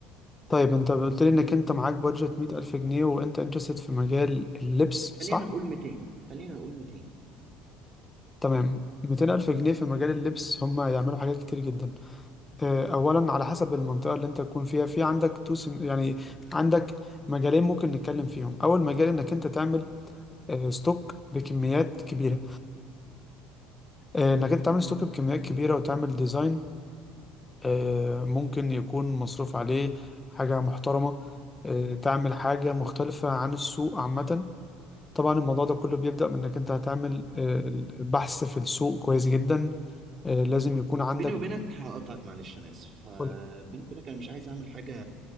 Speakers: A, on the left; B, on the right.
A: طيب انت قلت لي انك انت معاك بادجت 100000 جنيه وانت انترستد في مجال اللبس صح؟
B: خلينا نقول 200 خلينا نقول 200 أه
A: تمام 200000 جنيه في مجال اللبس هم يعملوا حاجات كتير جدا اه، اولا على حسب المنطقة اللي انت تكون فيها في عندك تو سن... يعني عندك مجالين ممكن نتكلم فيهم اول مجال انك انت تعمل اه، ستوك بكميات كبيرة اه، انك انت تعمل ستوك بكميات كبيرة وتعمل ديزاين اه، ممكن يكون مصروف عليه حاجة محترمة اه، تعمل حاجة مختلفة عن السوق عامة طبعا الموضوع ده كله بيبدأ من انك انت هتعمل آه، البحث في السوق كويس جدا آه، لازم يكون عندك
B: بيني وبينك هقطعك معلش انا اسف ه-
A: كل
B: بيني وبينك انا مش عايز اعمل حاجه